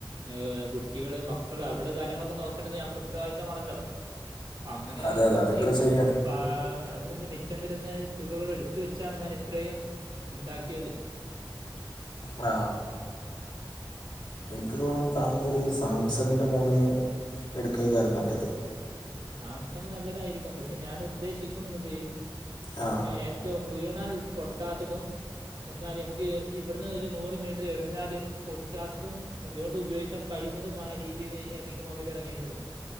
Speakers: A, on the right (about 80°); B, on the left (about 80°).
A: ഏ കുട്ടികള് മക്കള് അവരുടെ കാര്യങ്ങളൊക്കെ നോക്കേണ്ടത് നമ്മുടെ ഉത്തരവാദിത്തമാണല്ലോ അങ്ങനെ
B: അതെ അതെ
A: നോക്കി
B: അത് ശരിയാണ്
A: ആ അതിൽ നിന്ന് മിച്ചം വര്ന്ന തുകകളെട്ത്ത വെച്ചാണ് ഞാനിത്രയും ഉണ്ടാക്കിയത്.
B: ആ ഇൻക്ക് തോന്നുന്നു താങ്കളൊര് സാംസങ്ങിൻ്റെ ഫോണ് ഇട്ക്കയ്കാരം നല്ലത്
A: സാംസങ്ങ് നല്ലതായിരിക്കും പക്ഷെ ഞാനുദ്ദേശിക്കുന്നത്
B: ആ
A: ഇ ഏ റ്റവും വീണാൽ പൊട്ടാത്തതും എന്നാൽ ഞമക്ക് ഇവിട്ന്ന് ഒര് നൂറ് മീ റ്ററെറിഞ്ഞാല് പൊട്ടാത്തതും വീണ്ടും ഉപയോഗിക്കാൻ കഴിയുന്നതുമായ രീ തീല് ഏതെങ്കിലും മൊബൈലെറങ്ങിയിട്ടുണ്ടോ?